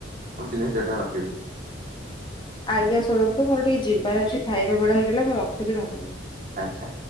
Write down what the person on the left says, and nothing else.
ଆଜ୍ଞା ଶୁଣନ୍ତୁ ମୋର ଟିକେ ଯିବାର ଅଛି ଖାଇବା ବେଳ ହେଇଗଲା। ମୁଁ ରଖୁଚି ଧନ୍ୟବା